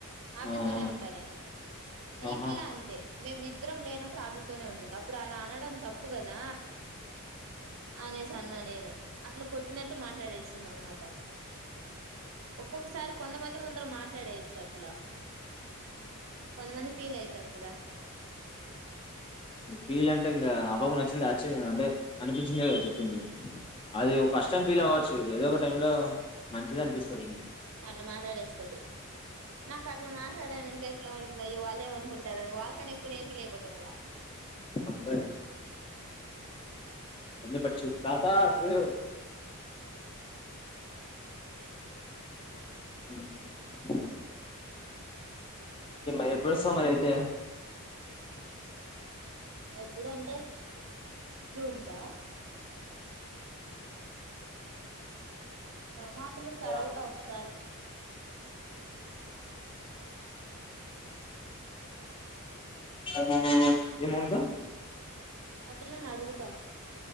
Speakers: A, on the left; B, on the right.
A: ఆ
B: ల తనే ఉంటా నేను
A: ఆహా
B: ఈ పిల్ల అంతే మేము ఇద్దరం లేనా ప్రాబ్లం నే ఉంటుంది అప్పుడు అలా అనడం తప్పు కదా అనేసి అన్న నేను అట్లా కొట్టినట్టు మాట్లాడేస్తుంది అనమాట ఒక్కొక్కసారి కొంతమంది ముందర మాట్లాడేు చెట్లా కొంత మంది ఫీల్ యితే ారు కదా
A: ఫీల్ అంటే ఇంకా ఆబాకు నచ్చిందిచ్చి అంటే అనిపించిందే కదా చెప్పింది అది ఫస్ట్ టైం ఫీల్ అవ్వచ్చు ఏదో ఒక టై లో మంచిది అనిపిస్తుందిండి
B: అట్లా మాట్లాడేస్తుంది నాకు అట్లా మాట్లాడానంటే ఎట్లా ఉంటుంది వాళ్ళు ఏమనుకుంటారని వాళ్ళకని ఎక్కువ న ఏం ఫీల్ అయిపోతా మళ్ళ
A: బబ ఎ పరిచ్చ తాత సుే అ ఇ ఎప్పుడు వస్తావు మరి అయితే
B: ఎప్పుడు అంటే రూమ్ కా మా పిల్లకి
A: హలో
B: అడుగుతా ఒకసారి
A: ఎ ఉమ్ ఏం మానస
B: ఆ పిల్లని అడుగుతా